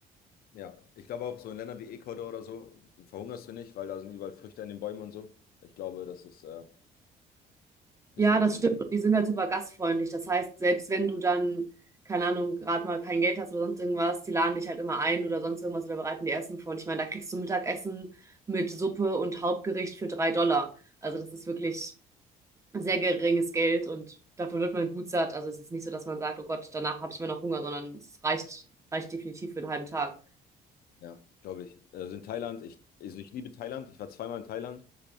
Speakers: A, on the left; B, on the right.
A: Ja, ich glaube auch so in Ländern wie Ecuador oder so verhungerst du nicht, weil da sind überall Früchte in den Bäumen und so. Ich glaube, das ist äh, ein bisschen,
B: Ja, das
A: in,
B: stimmt. Und die sind halt super gastfreundlich. Das heißt, selbst wenn du dann, keine Ahnung, gerade mal kein Geld hast oder sonst irgendwas, die laden dich halt immer ein oder sonst irgendwas oder bereiten dir Essen vor. Und ich meine, da kriegst du Mittagessen mit Suppe und Hauptgericht für drei Dollar. Also das ist wirklich sehr geringes Geld und davon wird man gut satt. Also es ist nicht so, dass man sagt, oh Gott, danach habe ich immer noch Hunger, sondern es reicht, reicht definitiv für einen halben Tag.
A: ja, glaube ich. Also in Thailand, ich, also ich liebe Thailand. Ich war zweimal in Thailand.